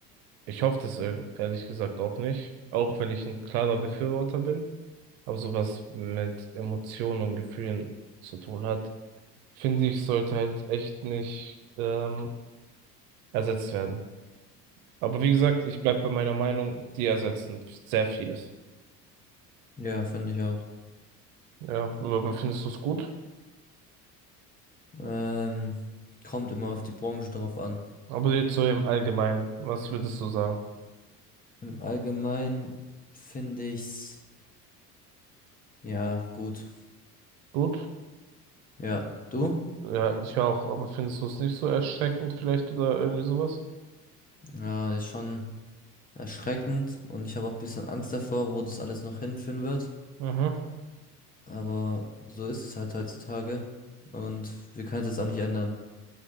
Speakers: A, on the right; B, on the left.
A: ich hoffe das ehr- ehrlich gesagt auch nicht, auch wenn ich ein klarer Befürworter bin, aber sowas mit Emotionen und Gefühlen zu tun hat. finde ich, sollte halt echt nicht ähm, ersetzt werden. Aber wie gesagt, ich bleib bei meiner Meinung, die ersetzen sehr vieles.
B: Ja, finde ich auch.
A: Ja, aber findest du es gut?
B: Ähm, kommt immer auf die Branche drauf an.
A: Aber jetzt so im Allgemeinen, was würdest du sagen?
B: Im Allgemeinen finde ich's, ja, gut.
A: Gut?
B: Ja, du?
A: Ja, Ja, ich auch, aber findest du es nicht so erschreckend vielleicht oder irgendwie sowas?
B: Ja, ist schon erschreckend und ich habe auch ein bisschen Angst davor, wo das alles noch hinführen wird.
A: Mhm.
B: Aber so ist es halt heutzutage. Und wir können es jetzt auch nicht ändern.